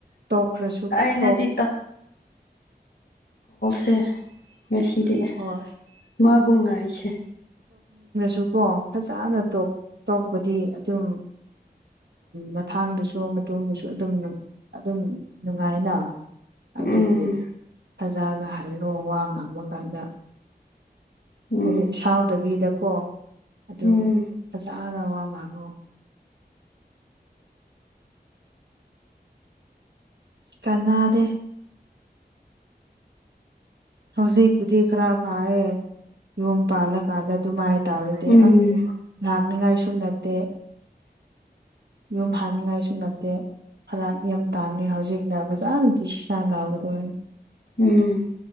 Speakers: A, on the right; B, on the left.
A: ꯇꯣꯛꯈ꯭ꯔꯁꯨ
B: ꯑꯩꯅꯗꯤ
A: ꯇꯣꯛ
B: ꯁ ꯉꯁꯤꯗꯤ
A: ꯍꯣꯏ
B: ꯃꯥꯕꯨꯡꯉ ꯑꯩꯁꯦ
A: ꯑꯗꯨꯀꯣ ꯐꯖꯅ ꯇꯣꯛꯄꯗꯤ ꯑꯗꯨꯝ ꯃꯊꯥꯡꯗꯨꯁꯨ ꯃꯇꯨꯡꯗꯨꯁꯨ ꯑꯗꯨꯝ ꯑꯗꯨꯝ ꯅꯨꯡꯉꯥꯏꯅ ꯑꯗꯨꯗꯤ
B: ꯎꯝ
A: ꯐꯖꯅ ꯍꯥꯏꯔꯣ ꯋꯥ ꯉꯥꯡꯕ ꯀꯥꯟꯗ
B: ꯎꯝ
A: ꯍꯥꯏꯗꯤ ꯁꯥꯎꯗꯕꯤꯗꯀꯣ ꯑꯗꯨꯝ
B: ꯎꯝ
A: ꯐꯖ ꯑ ꯋꯥꯉꯉꯣ ꯀꯅꯥꯗꯦ ꯍꯧꯖꯤꯛꯄꯨꯗꯤ ꯈꯔ ꯐꯌꯦꯦ ꯌꯨꯝ ꯄꯥꯜꯂꯀꯥꯟꯗ ꯑꯗꯨꯃꯥꯏ ꯇꯧꯔꯤꯗꯤ
B: ꯎꯝ
A: ꯑ ꯂꯥꯛꯅꯤꯉꯥꯏ ꯁꯁꯨ ꯅꯠꯇꯦ ꯌꯨꯝ ꯍꯅꯤꯡꯉꯥꯏꯁꯨ ꯅꯠꯇꯦ ꯐꯔꯥꯛ ꯌꯥꯝ ꯇꯥꯡꯅꯤ ꯍꯧꯖꯤꯛꯩꯅ ꯐꯖꯥꯅ ꯗꯤꯁꯤꯁꯥ ꯂꯥꯎꯒꯗꯣꯏ
B: ꯎꯝ